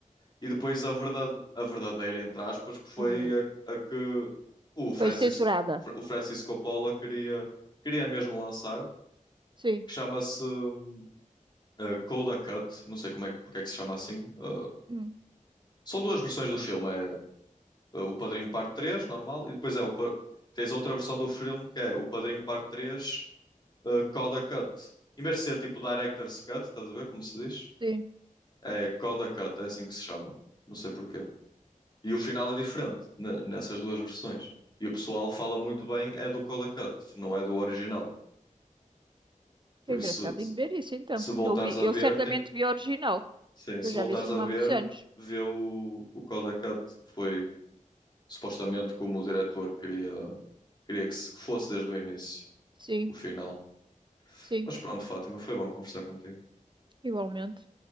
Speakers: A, on the left; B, on the right.
A: e depois a, verdade, a verdadeira, entre aspas, que foi
B: É verdade.
A: a, a que o Francis,
B: Foi censurada.
A: o Francis Coppola queria, queria mesmo lançar,
B: Sim.
A: que chama-se hum, uh, Coda Cut, não sei como é, que- porque é que se chama assim. Uh,
B: Hum,
A: são duas versões do filme, é uh, o Padrinho Parte 3, normal, e depois é o pa- tens a outra versão do filme que é o Padrinho Parte 3, uh, Coda Cut. Em vez de ser tipo Director's Cut, estás a ver como se diz?
B: sim.
A: É Coda Cut, é assim que se chama. Não sei porquê. E o final é diferente ne- nessas duas versões. E o pessoal fala muito bem, é do Coda Cut, não é do original. Por
B: Que engraçado,
A: isso, se,
B: tenho que ver isso então.
A: se voltares
B: Que eu vi,
A: a
B: eu
A: ver,
B: certamente
A: tem que.
B: vi a original.
A: Sim, se
B: Eu já
A: voltares
B: vi esse filme
A: a ver,
B: há muitos anos.
A: vê o, o Coda Cut, que foi supostamente como o diretor queria, queria que se- que fosse desde o início.
B: Sim,
A: o final.
B: sim,
A: Mas pronto, Fátima, foi bom conversar contigo.
B: igualmente.